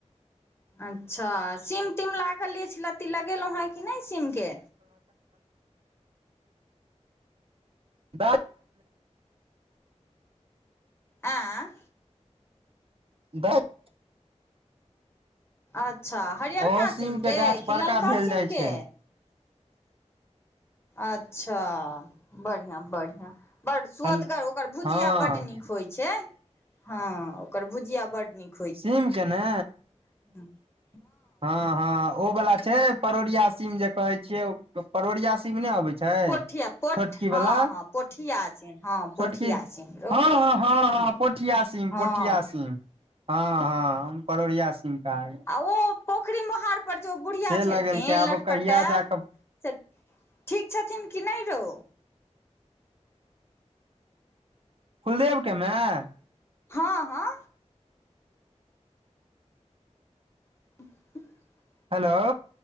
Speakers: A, on the left (about 20°); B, on the right (about 50°).
A: अच्छा सीम तिम लागल ल छल लत्ती लगेलहुँ हेँ कि नहि सीमके
B: द <unintelligible>
A: आँ
B: दस <unintelligible>
A: अच्छा हरिअरका
B: ओहो सीम
A: सीमके
B: के गाछ
A: कि
B: बड़का
A: ललका
B: भेल
A: सीमके
B: जाइ छै
A: अच्छा बढ़िया बढ़िया बड सुदगर
B: हल
A: ओकर भुजिया
B: हँ
A: बड नीक होइ छै हँ ओकर भुजिया बड नीक
B: सीम के ने
A: ह <inaudible>
B: हँ हँ ओ वाला छै परोरिया सीम जे कहे छियै परोरिया सीम ने अबै छै छै
A: पोठिया पोठ
B: छोटकी
A: हँ
B: बला
A: हँ पोठिया सिन हँ पोठिया
B: छोटकी
A: सिन रौ
B: हं हं हं
A: हँ
B: पोठिया सीम
A: हँ
B: पोठिया सीम हँ हँ परोरिया सिम कहा गे
A: आ ओ पोखरि मोहार पर जो बुढ़िया
B: से लगेलकै
A: छलखिन
B: आब
A: लटपटायल
B: ओ कहिया जाकऽ
A: से ठीक छथिन कि नहि रौ
B: कुलदेव के माए
A: हँ हँ <unintelligible>
B: हेलो